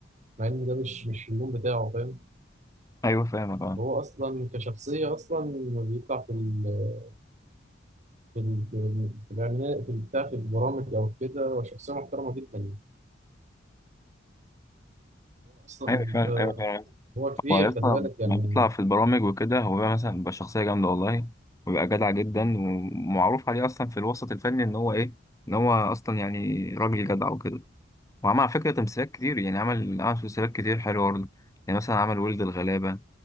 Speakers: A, on the right; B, on the left.
A: مع إن ده مش مش اللون بتاعه فاهم
B: ايوه فاهمك اه
A: هو أصلا كشخصية أصلا لما بيطلع في ال- في ال- في ال- في الإعلانات في البتاع في البرامج أو كده هو شخصية محترمة جدا أصلا
B: ايوه فعلا
A: ده
B: ايوه فعلا
A: هو كبير
B: هو يا اسطى
A: خلي بالك يعني
B: لما بيطلع في البرامج وكده هو بقى مثلا بيبقى شخصيه جامده والله وبيبقى جدع جدا ومعروف عليه اصلا في الوسط الفني ان هو ايه ان هو اصلا يعني راجل جدع وكده وعمل على فكره تمثيلات كتير يعني عمل عمل تمثيلات كتير حلوه برضه يعني مثلا عمل ولد الغلابه